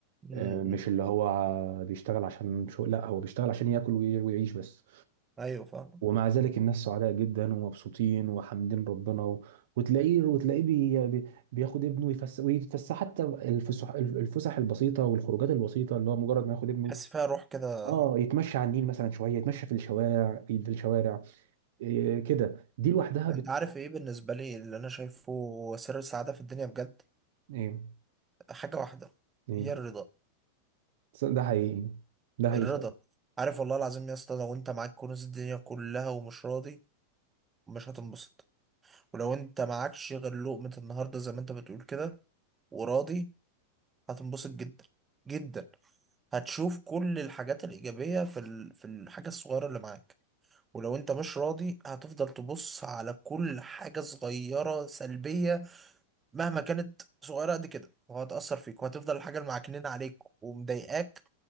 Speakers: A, on the right; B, on the right.
A: امم
B: آه، مش اللي هو بيشتغل عشان شو لا هو بيشتغل عشان ياكل وي- ويعيش بس
A: ايوه فاهم
B: ومع ذلك الناس سعداء جدا ومبسوطين وحامدين ربنا و... وتلاقيه وتلاقيه بي... بي... بياخد ابنه يفس... ويتفسح حتى الفسح الفسح البسيطه والخروجات البسيطه اللي هو مجرد ما ياخد ابنه
A: حس فيها روح كده
B: اه يتمشى على النيل مثلا شويه يتمشى في الشوارع في الشوارع إيه كده دي لوحدها بت
A: انت عارف ايه بالنسبه لي اللي انا شايفه سر السعاده في الدنيا بجد
B: ايه
A: حاجه واحده
B: ايه
A: هي الرضا
B: بس ده حقيقي ده حقيقي
A: الرضا
B: فعلا
A: عارف والله العظيم يا اسطى لو انت معاك كنوز الدنيا كلها ومش راضي مش هتنبسط ولو انت معكش غير لقمه النهارده زي ما انت بتقول كده وراضي هتنبسط جدا جدا هتشوف كل الحاجات الايجابيه في ال... في الحاجه الصغيره اللي معاك ولو انت مش راضي هتفضل تبص على كل حاجة صغيرة سلبية مهما كانت صغيرة قد كده وهتأثر فيك وهتفضل الحاجة اللي معكنين عليك ومضايقاك